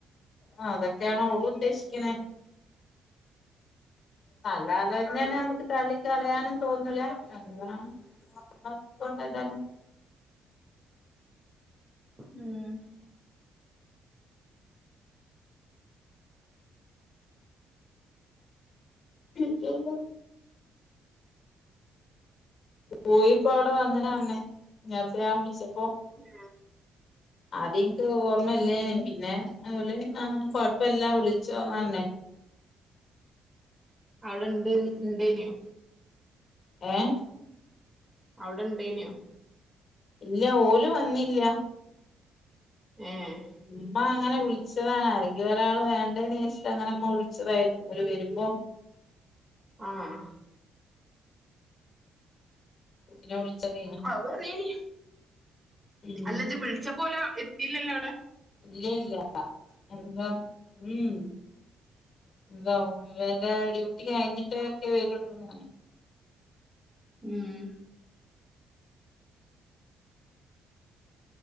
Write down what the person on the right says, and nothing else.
അതും
ശരി
ഉം.. !
ആഹാ... !
അവിടെ ഇണ്ട് ഉണ്ടേ നോ?
അവിടെ ഇണ്ടേനോ?
ഏഹ്.. !
ആഹ... !
ആ പറായിൻല്ല,
അല്ല ജ്ജ് വിളിച്ചപ്പോ ഓല്- ഇല്ലല്ലോടെ?
ഉം.. !